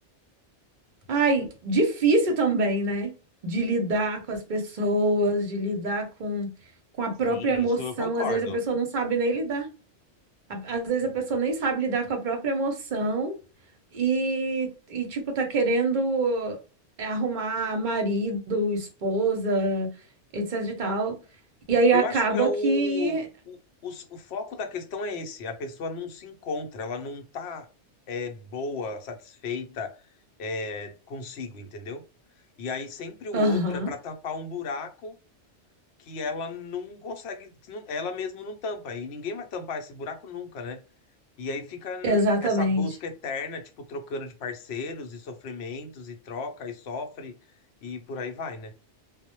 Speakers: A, on the right; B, on the left.
A: Ai, difícil também, né? De lidar com as pessoas, de lidar com, com a própria
B: Sim,
A: emoção.
B: isso eu concordo.
A: Às vezes a pessoa não sabe nem lidar. A- Às vezes a pessoa nem sabe lidar com a própria emoção e, e tipo, tá querendo é, arrumar marido, esposa, etc e tal. E aí
B: Eu
A: acaba
B: acho que é o,
A: que.
B: o, o, s- o foco da questão é esse. A pessoa não se encontra, ela não tá é, boa, satisfeita é, consigo, entendeu? E aí sempre o
A: Aham,
B: outro é para tapar um buraco que ela não consegue, que não- ela mesma não tampa. E ninguém vai tampar esse buraco nunca, né? E aí fica hum,
A: exatamente.
B: essa busca eterna, tipo, trocando de parceiros e sofrimentos e troca e sofre e por aí vai, né?